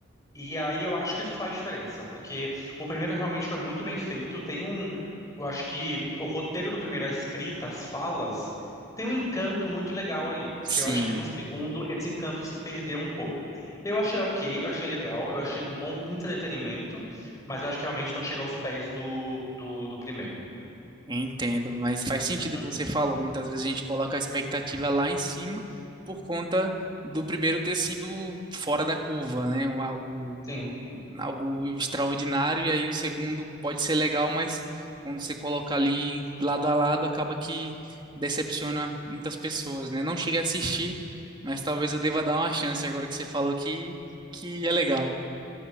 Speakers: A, on the left; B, on the right.
A: E aí eu acho que isso faz diferença, porque o primeiro realmente foi muito bem feito. Tem um, eu acho que o roteiro do primeiro, a escrita, as falas, tem um encanto muito legal ali,
B: sim,
A: que eu acho que no segundo esse encanto se perdeu um pouco. Eu achei ok, eu achei legal, eu achei um bom entretenimento, mas eu acho que realmente não chega aos pés do, do, do primeiro.
B: entendo, mas faz sentido
A: Uhum,
B: o que você falou. Muitas vezes a gente coloca a expectativa lá em cima por conta do primeiro ter sido fora da curva, né? Um- Algo
A: Sim.
B: algo extraordinário, e aí o segundo pode ser legal, mas quando você coloca ali lado a lado, acaba que decepciona muitas pessoas, né? Não cheguei a assistir, mas talvez eu deva dar uma chance agora que você falou que, que é legal.